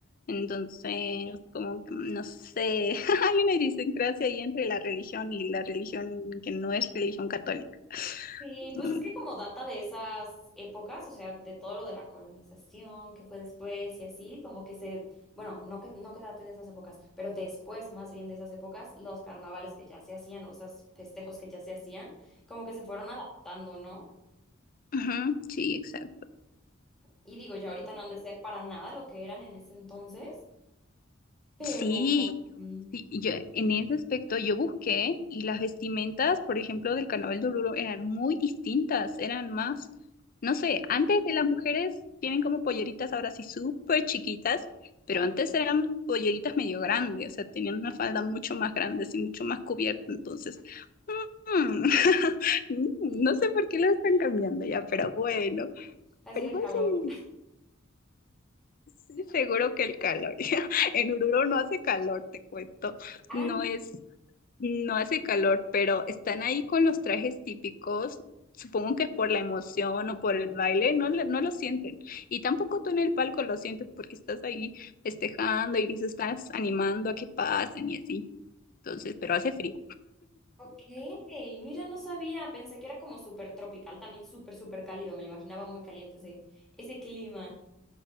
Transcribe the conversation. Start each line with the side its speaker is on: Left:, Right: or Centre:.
Left: Entonces, como que, no sé, <laughs> hay una idiosincrasia ahí entre la religión y la religión que no es religión católica.
Centre: Sí, pues
Left: Mm,
Centre: es que como data de esas épocas, o sea, de todo lo de la colonización que fue después y así, como que se, bueno, no que no que date de esas épocas, pero después más bien de esas épocas, los carnavales que ya se hacían o esos festejos que ya se hacían, como que se fueron adaptando, ¿no?
Left: ujú, sí, exacto.
Centre: Y digo, ya ahorita no han de ser para nada lo que eran en ese entonces, pero
Left: Sí,
Centre: mm,
Left: Sí, y yo, en ese aspecto yo busqué y las vestimentas, por ejemplo, del carnaval de Oruro eran muy distintas, eran más, no sé, antes de las mujeres tienen como polleritas ahora sí súper chiquitas, pero
Centre: ajá,
Left: antes eran polleritas medio grandes, o sea, tenían una falda mucho más grande y mucho más cubierta, entonces, mm, <laughs> mm,
Centre: sí,
Left: no sé por qué lo están cambiando ya, pero bueno,
Centre: ha de
Left: pero
Centre: ser el
Left: igual
Centre: calor.
Left: se ven lindas. Sí, seguro que el calor, <laughs> en Oruro no hace calor, te cuento,
Centre: Ah,
Left: no
Centre: no.
Left: es no hace calor, pero están ahí con los trajes típicos. Supongo que es por la emoción o por el baile, no, le- no lo sienten. Y tampoco tú en el palco lo sientes porque estás ahí festejando y les estás animando a que pasen y así. Entonces, pero hace frío.
Centre: Ok, mira, no sabía, pensé que era como súper tropical, también súper, súper cálido, me lo imaginaba muy caliente ese, ese clima.